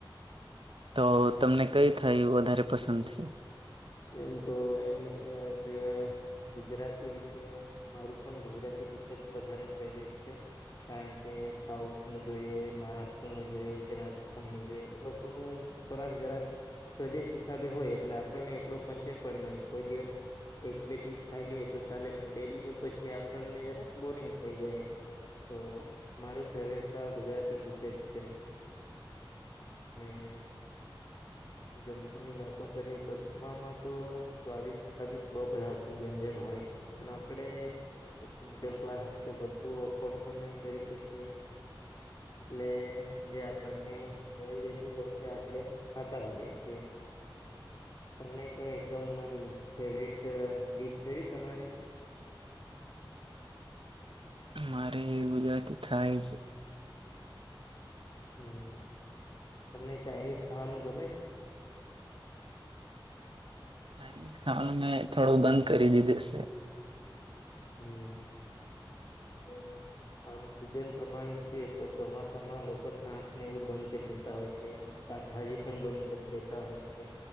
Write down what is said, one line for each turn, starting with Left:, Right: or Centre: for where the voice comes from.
Right: તો
Left: હમ
Right: તમને કઈ થાડીઓ વધારે પસંદ છે
Left: એમ તો એમ જે ગુજરાતી રીતે મારું પણ ગુજરાતી જ વધારે ફેવરેટ છે કારણ કે સાઉથ નું જોઈએ મહારાષ્ટ્ર નું જોઈએ કે રાજસ્થાન નું જોઈએ એ લોકોનું ખોરાક જરાક પ્રદેશ હિસાબે હોય એટલે આપણને એટલું પચે પણ નહી કોઈ દિવસ એક બે ડીસ ખાઈ લઈએ તો ચાલે પણ ડેલી નું પછી આપણને જરા બોરિંગ થઈ જાય. તો માર ફેવરેટ તો આ ગુજરાતી ગીત જ છે. અને જમવાની વાતો કરીએ તો જમવાવામાં તો સ્વાદિષ સ્વાદિષ્ટ બહૂ બધા વ્યંજન હોય છે. પણ આપણે એક મિડલ ક્લાસ રીતે બધું અફોર્ડ પણ નહી કરી શકીએ. એટલે જે આપણને મળી રેતું હોય તે આપડે કરતા હોયે છે. તમને કોઈ એકદમ ફેવરટ ડીશે તમારી
Right: મારે ગુજરાતી થાળી છે.
Left: હમ, તમને ચાઇનીઝ ખાવાનું ગમે છે?
Right: ચાઇનીઝ ખાવાનું મેં થોડું બંધ કરી દીધું છે.
Left: હમ હ હમ આમ સીઝન પ્રમાણે જોઈએ તો ચોમાસામાં લોકો છાસ ને એવું બંધ કરી દેતા હોય છે. શાકભાજી પણ બંધ કરી દેતા હોય છે.